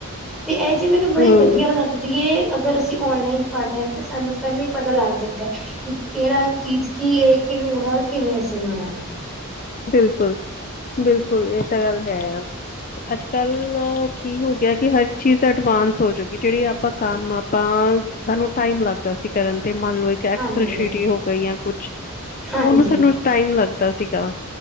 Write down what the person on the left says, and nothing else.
ਹੂੰ
ਬਿਲਕੁਲ-ਬਿਲਕੁਲ ਏ ਤਾਂ ਗੱਲ ਹੈ। ਅੱਜ-ਕੱਲ ਕੀ ਹੋ ਗਿਆ ਕਿ ਹਰ ਚੀਜ਼ ਅਡਵਾਂਸ ਹੋਜੂਗੀ ਜੇੜੀ ਆਪਾਂ ਕੰਮ ਆਪਾਂ ਸਾਨੂੰ ਟਾਈਮ ਲੱਗਦਾ ਸੀ ਕਰਨ ਤੇ ਮੰਨ ਲਓ ਇੱਕ ਐਕਸਲ
ਸ਼ੀਟ ਈ ਹੋ ਗਈ ਜਾਂ ਕੁਛ
ਓਨੂੰ ਸਾਨੂੰ ਟਾਈਮ ਲੱਗਦਾ ਸੀਗਾ